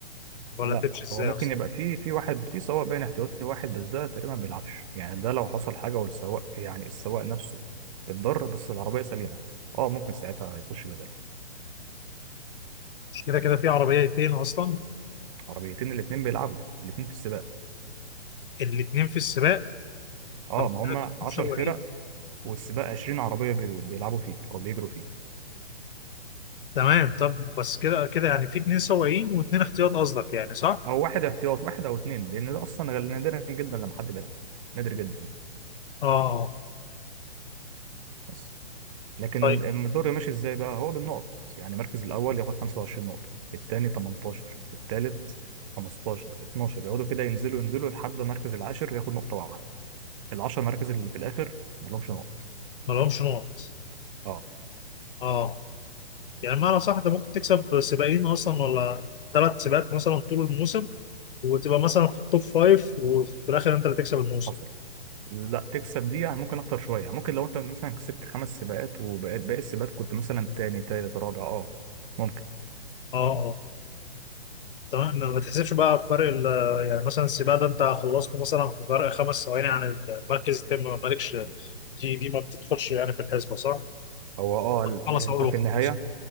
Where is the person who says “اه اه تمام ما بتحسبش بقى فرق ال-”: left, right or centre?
Left